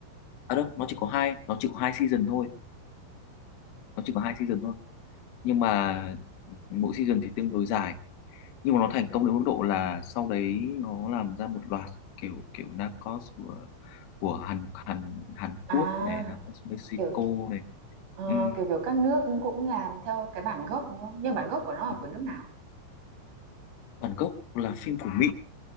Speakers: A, on the left (about 85°); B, on the right (about 65°).
A: à đâu nó chỉ có hai nó chỉ có hai season thôi nó chỉ có hai season thôi nhưng mà mỗi season thì tương đối dài nhưng mà nó thành công đến mức độ là sau đấy nó làm ra một loạt kiểu kiểu Narcos của của Hàn Hàn Hàn
B: À,
A: Quốc này Narcos Mexico
B: kiểu
A: này
B: ờ,
A: ừ,
B: kiểu kiểu các nước cũng làm theo cái bản gốc đúng không? Nhưng bản gốc của nó là
A: đúng
B: của nước nào?
A: Bản gốc là phim của Mỹ